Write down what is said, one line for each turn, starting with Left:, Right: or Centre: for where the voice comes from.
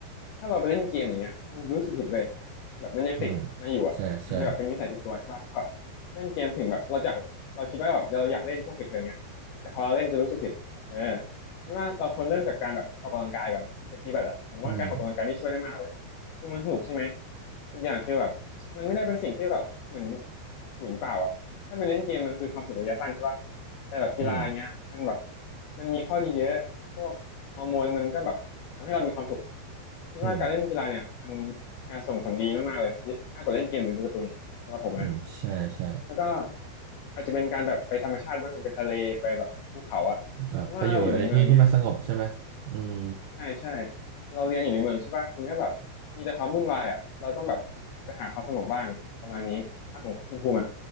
Left: ถ้าเราไปเล่นเกมอย่างเงี้ยมันจะรู้สึกผิดเลยแบบมันยังติดมาอยู่อ่ะมันจะแบบเป็นนิสัยติดตัวใช่ปะแบบเล่นเกมถึงแบบเราจากเราคิดว่าแบบเราอยากเล่นช่วงปิดเทอมเนี้ยแต่พอเราเล่นจะรู้สึกผิดเออ
Right: อืมใช่ใช่
Left: คิดว่าเราควรเริ่มจากการแบบออกกำลังกายก่อนไปตีแบดอ่ะผมว่าการออกกำลังกายนี่ช่วยได้มากเลย
Right: อืม
Left: คือมันสนุกใช่ไหมอีกอย่างคือแบบมันไม่ได้เป็นสิ่งที่แบบเหมือนศูนย์เปล่าอ่ะถ้าเป็นเล่นเกมมันคือความสุขระยะสั้นใช่ปะ แต่แบบกีฬาอย่างเงี้ยมันแบบ
Right: อืม
Left: มันมีข้อดีเยอะพวกฮอร์โมนมันก็แบบทำให้เรามีความสุขคิดว่าการเล่นกีฬาเนี่ยมัน
Right: อืม
Left: การส่งผลดีมากๆเลยเยอะมากกว่าเล่นเกมหรือดูการ์ตูนอีกสำหรับผมนะ
Right: อืมใช่ใช่
Left: แล้วก็อาจจะเป็นการแบบไปธรรมชาติบ้างไปทะเลไปแบบภูเขาอะเพราะว่าเราอยู่ในเมืองเนี้ย
Right: แบบไปอยู่ในที่ที่มันสงบใช่ไหมอืม
Left: ใช่ใช่เราเรียนอยู่ในเมืองใช่ป่ะมันก็แบบมีแต่ความวุ่นวายอะเราต้องแบบไปหาความสงบบ้างประมาณนี้อ่ะของคุณภูมิอะ